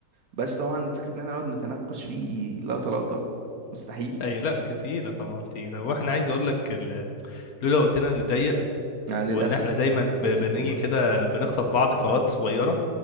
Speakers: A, on the right (about 60°); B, on the left (about 60°).
A: بس طبعا فكرة ان احنا نقعد نتناقش فيه لقطة لقطة مستحيل
B: اي لا تقيله طبعا تقيله واحنا عايز اقول لك ال- لولا وقتنا اللي ضيق
A: يعني للأسف
B: وان احنا دايما ب-
A: للأسف
B: بنيجي
A: والله
B: كده بنخطف بعض في اوقات صغيره